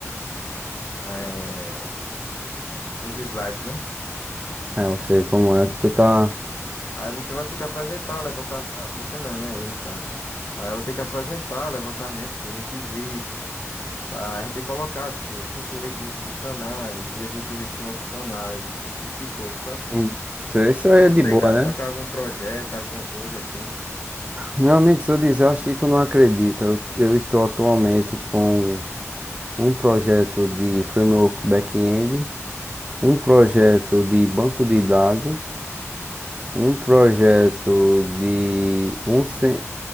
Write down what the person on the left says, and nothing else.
eh, os slides, né?
Aí você vai ter que apresentar, levantar. ah, Você não, né? Eu no caso. Aí eu vou ter que apresentar levantamentos de requisitos. Ah, já tem que colocar, tipo, cinco requisitos funcionais, três requisitos não funcionais, esse tipo de coisa, sabe?
E
você,
cara, tá
com algum projeto, alguma coisa assim?